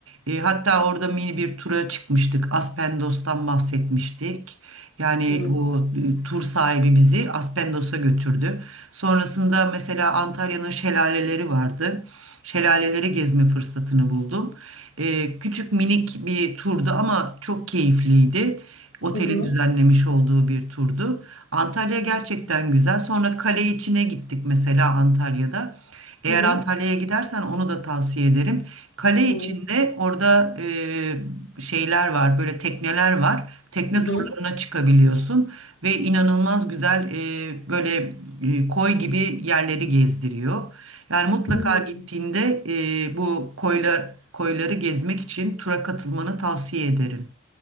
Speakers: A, on the right; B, on the left.
A: E, hatta orada mini bir tura çıkmıştık. Aspendos'tan bahsetmiştik. Yani
B: Hı
A: o e, tur sahibi bizi Aspendos'a götürdü. Sonrasında mesela Antalya'nın şelaleleri vardı. Şelaleleri gezme fırsatını buldum. E, küçük minik bir turdu ama çok keyifliydi. Otelin
B: hı hı.
A: düzenlemiş olduğu bir turdu. Antalya gerçekten güzel. Sonra kale içine gittik mesela Antalya'da. Eğer
B: hı.
A: Antalya'ya gidersen onu da tavsiye ederim. Kale
B: Hı
A: içinde orada e, şeyler var, böyle tekneler var. Tekne
B: hı.
A: turlarına çıkabiliyorsun ve inanılmaz güzel e, böyle e, koy gibi yerleri gezdiriyor. Yani mutlaka
B: hı.
A: gittiğinde e, bu koylar koyları gezmek için tura katılmanı tavsiye ederim.